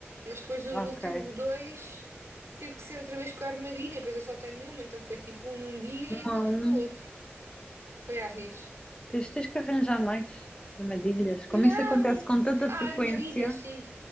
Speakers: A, on the right; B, on the left.
A: mas depois os
B: ok.
A: últimos dois tive que ser outra vez com a armadilha, pois eu só tenho uma, então foi tipo um num dia
B: Um
A: e
B: a
A: o outro
B: um.
A: no outro. Foi à vez.
B: Tens, tens que arranjar mais armadilhas. Como
A: Não!
B: isso acontece com tanta
A: Ah,
B: frequência.
A: armadilhas, sim.